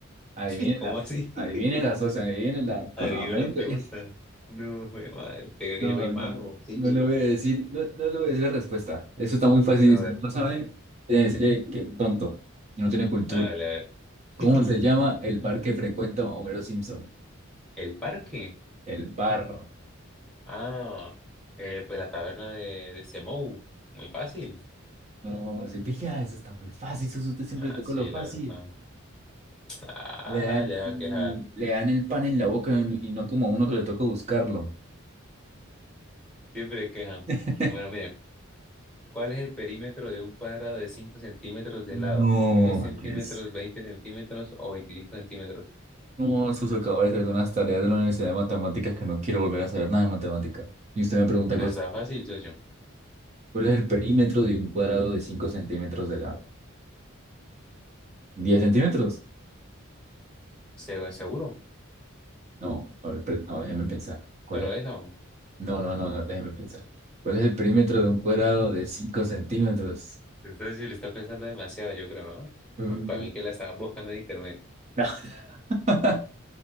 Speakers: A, on the right; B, in the centre.
A: Adivínela,
B: <laughs> ¿Cómo así? <laughs>
A: adivínela, socio, adivínela
B: Adivino
A: con la mente.
B: la pregunta.
A: <laughs>
B: No, jue madre. ¿Te crees
A: No,
B: que yo soy mago?
A: no,
B: Psíquico.
A: no le voy a decir, no, no le voy a decir la respuesta. Eso está muy fácil.
B: A ver.
A: Si no sabe, tiene que decirle que tonto, y no tiene cultura.
B: Hágale, a ver.
A: ¿Cómo
B: <laughs>
A: se llama el bar que frecuenta Homero Simpson?
B: ¿El parque?
A: El bar.
B: Ah, eh, pues la taberna de, de Semou. Muy fácil.
A: No, se pilla, eso está muy fácil, eso usted siempre
B: Ah,
A: le toca
B: sí,
A: lo fácil.
B: la verdad. está- Ah,
A: Le dan,
B: ya va a quejar.
A: le dan el pan en la boca y no como a uno que le toca buscarlo.
B: Siempre queja.
A: <laughs>
B: Bueno, miren, ¿cuál es el perímetro de un cuadrado de 5 centímetros de
A: No,
B: lado? Diez centímetros,
A: qué es.
B: 20 centímetros o 25 centímetros?
A: No, Suso, acabo de hacer unas tareas de la Universidad de Matemáticas que no quiero volver a saber nada de matemática. Y usted me pregunta
B: Pero
A: cosas.
B: está fácil, socio.
A: ¿Cuál es el perímetro de un cuadrado de 5 centímetros de lado? Diez centímetros?
B: Se- Seguro,
A: No, a ver, per- ahora déjeme pensar. ¿Cuál
B: pero
A: es?
B: esa o no.
A: No, no, no, no, déjeme pensar. ¿Cuál es el perímetro de un cuadrado de 5 centímetros?
B: Entonces, si le está pensando demasiado, yo creo, ¿no?
A: Mm,
B: Pues Para mí que la estaba buscando en internet.
A: No. <laughs>